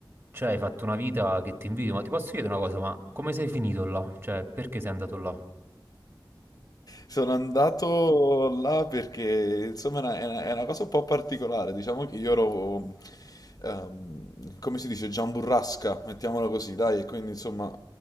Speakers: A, on the right; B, on the left.
A: Cioè, hai fatto una vita che ti invidio, ma ti posso chiedere una cosa, ma come sei finito là? Cioè, perché sei andato là?
B: Sono andato là perché insomma è una, è una- è una cosa un po' particolare, diciamo che io ero, ehm, come si dice, giamburrasca, mettiamola così, dai, e quindi insomma